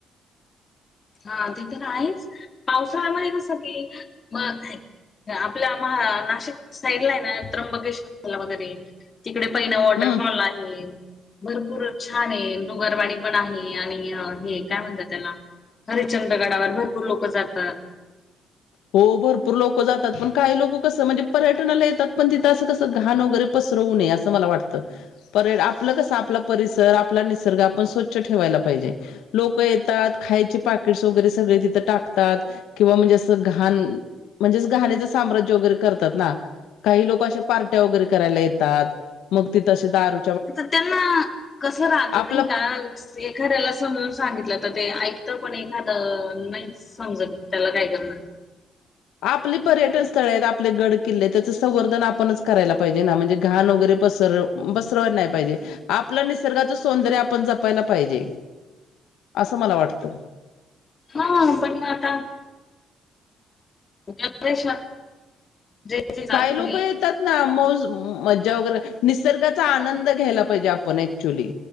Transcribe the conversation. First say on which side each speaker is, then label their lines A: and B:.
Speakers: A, on the left; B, on the left.
A: हा ते तर आहेच पावसाळ्यामध्ये कसं की म आपल्या आम्हा नाशिक साईडला आहे ना त्र्यंबकेश्वरला साईडला वगैरे तिकडे पहिना वॉटरफॉल
B: हम्म
A: आहे. भरपूर छान आहे डोंगरवाडी पण आहे आणि हे काय म्हणतात त्याला हरिचंद गडावर भरपूर लोकं जातात.
B: हो भरपूर लोकं जात पण काही लोक कसं म्हणजे पर्यटनाला येतात. पण तिथं असं कसं घाण वगैरे पसरवू नये असं मला वाटतं परेड आपलं कसं आपला परिसर आपला निसर्ग आपण स्वच्छ ठेवायला पाहिजे. लोक येतात खायचे पाॅकेट्स वगैरे सगळे तिथं टाकतात. किंवा म्हणजे असं घाण म्हणजे घाणीचं साम्राज्य वगैरे करतात ना. काही लोक अशा पार्ट्या वगैरे करायला येतात मग तिथं दारू
A: तर त्यांना कसं राहत
B: आपला
A: नाही का? एखाद्याला समजून सांगितलं तर ते ऐकत पण एखादं नाहीच. समजत त्याला काय करणार.
B: आपले पर्यटन स्थळ आहेत आपले गड किल्ले आहेत, आपणच करायला पाहिजे ना म्हणजे घाण वगैरे पसर बसरवायला नाही पाहिजे आपलं निसर्गाच सौंदर्य आपण जपायला पाहिजे असं मला वाटतंय.
A: हा पण ना आता <unintelligible> जे जे चालू
B: काय लोक
A: आहे
B: आहेत. निसर्गचा मौस मजा वगैरे निसर्गाचा आनंद घ्यायला पाहिजे आपण ऍक्चुली.